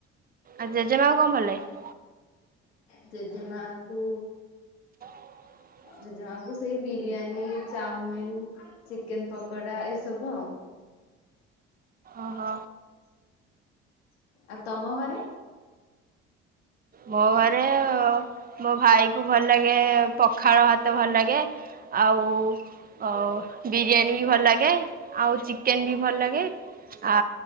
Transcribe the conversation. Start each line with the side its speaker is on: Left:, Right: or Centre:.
Right: ଆଉ ଜେଜେମାକୁ କଣ ଭଲଲାଗେ?
Left: ଜେଜେମାଙ୍କୁ
Right: <inaudible>
Left: ଜେଜମାକୁ ସେଇ ବିରିୟାନୀ ଚାଓମିିନ ଚିକେନ ପକଡା ଏସବୁ ଆଉ।
Right: ଅହ।
Left: ଆଉ ତମ ଘରେ
Right: ମୋ ଘରେ ମୋ ଭାଇ କୁ ଭଲଲାଗେ ପଖାଳ ଭାତ ଭଲଲାଗେ। ଆଉ ଅ ବିରିୟାନୀବି ଭଲଲାଗେ। ଏ ଆଉ ଚିକେନବି ଭଲଲାଗେ। ଆ